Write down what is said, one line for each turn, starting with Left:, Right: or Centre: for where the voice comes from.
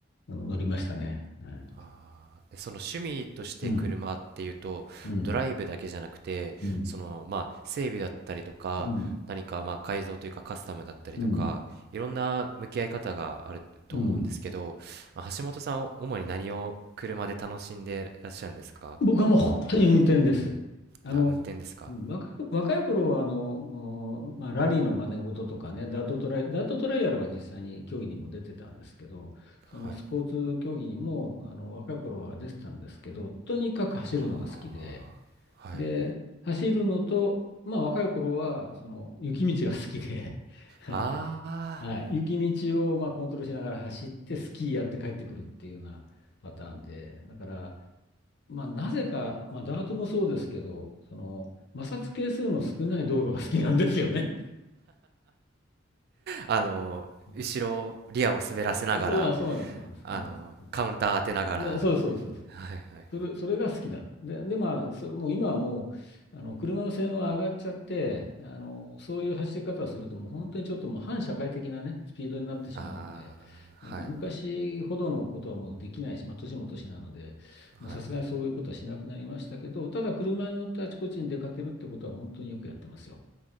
Left: あの乗りましたね。はい、
Right: あーえその趣味として車っていうとドライブだけじゃなくてそのまあ整備だったりとか何かまあ改造というかカスタムだったりとかいろんな向き合い方があると思うんですけどまあ橋本さんは主に何を車で楽しんでらっしゃるんですか
Left: うん、うん、うん、うん、うん、うん。僕はもう本当に運転です。あの、
Right: あ運転ですか
Left: うん若い、若い頃はあの、うんまあ、ラリーの真似事とかね、ダートトライ、ダートトライアルは実際に競技にも出てたんですけど、そのスポーツ競技にもあの若い頃は出てたんですけど、
Right: はい
Left: とにかく走るのが好きで、
Right: ああはい
Left: で、走るのと、まあ若い頃はその雪道が好きで、<laughs> あの、
Right: ああ
Left: はい、雪道をまあコントロールしながら走ってスキーやって帰ってくるっていうようなパターンで、だから、まあ、なぜか、まあ、ダートもそうですけど、その、摩擦係数の少ない道路が好きなんですよね。
Right: あの後ろリアを滑らせながら
Left: うんそうなん、そうなん、そうなんです。
Right: あのカウンター当てながら
Left: そうなんです。うんでそうそうそうそう。
Right: はいはい
Left: それ、それが好きだった。で、で、まあ、そ、もう今はもう、あの、車の性能が上がっちゃって、あの、そういう走り方をすると、もう本当にちょっともう反社会的なね、スピードになってしまうんで、
Right: ああ、はい、
Left: あの、昔ほどのことはもうできないし、まあ、年も年なので、
Right: はい。
Left: もうさすがにそういうことはしなくなりましたけど、ただ車に乗ってあちこちに出かけるってことは本当によくやってますよ。